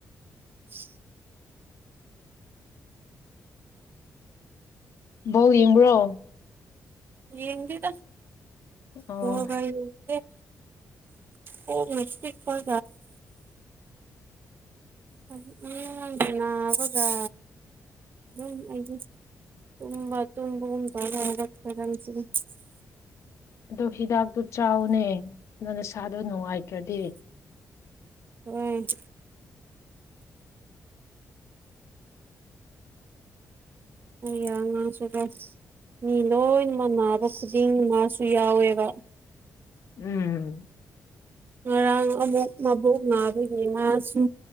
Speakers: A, on the right; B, on the left.
A: ꯎ
B: ꯣ ꯏ꯭ꯔꯣ
A: ꯌꯦꯗ
B: ꯑꯣ
A: ꯍꯕꯦ ꯀꯣꯛꯅ ꯆꯤꯛꯄꯀꯥꯜ <unintelligible> ꯅꯥꯕꯒ ꯎꯝ ꯑꯩꯗꯤ ꯇꯨꯝꯕ ꯇꯨꯝꯕꯒꯨꯝ <unintelligible>
B: ꯑꯗꯣ ꯍꯤꯗꯥꯛꯇꯨ ꯆꯥꯎꯅꯦ ꯅꯪ ꯅꯁꯥꯗꯣ ꯅꯨꯡꯉꯥꯏꯇ꯭ꯔꯗꯤ
A: ꯎꯝ ꯌꯥ ꯉꯥꯡꯁꯨꯀꯣ ꯃꯤ ꯂꯣꯏꯃ ꯅꯥꯕ ꯈꯨꯗꯤꯡ ꯃꯥꯁꯨ ꯌꯥꯎꯋꯦꯕ
B: ꯎꯝ
A: ꯉꯔꯥꯡ ꯑꯃꯨꯛ ꯃꯕꯣꯛ ꯅꯥꯕꯒꯤ ꯃꯥꯁꯨ